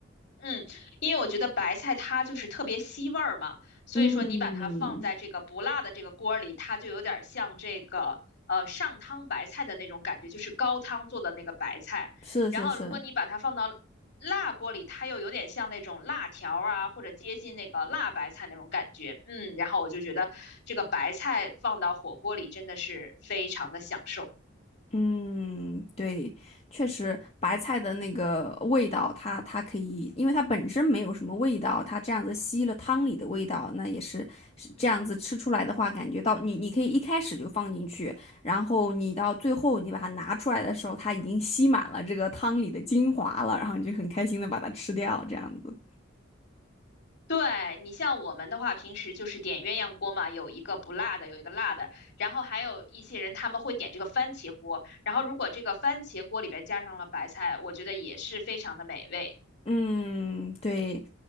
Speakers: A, on the left (about 50°); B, on the left (about 30°).
A: 嗯，因为我觉得白菜它就是特别吸味儿嘛，所以说你把它放在这个不辣的这个锅里，
B: 嗯，
A: 它就有点儿像这个呃上汤白菜的那种感觉，就是高汤做的那个白菜。
B: 是是是，
A: 然后如果你把它放到辣锅里，它又有点像那种辣条儿啊，或者接近那个辣白菜那种感觉。嗯，然后我就觉得这个白菜放到火锅里真的是非常的享受。
B: 嗯，对，确实，白菜的那个味道它，它可以，因为它本身没有什么味道，它这样子吸了汤里的味道，那也是是这样子吃出来的话，感觉到你你可以一开始就放进去，然后你到最后你把它拿出来的时候，它已经吸满了这个汤里的精华了，然后你就很开心的把它吃掉，这样子。
A: 对，你像我们的话，平时就是点鸳鸯锅嘛，有一个不辣的，有一个辣的，然后还有一些人他们会点这个番茄锅，然后如果这个番茄锅里边加上了白菜，我觉得也是非常的美味。
B: 嗯，对，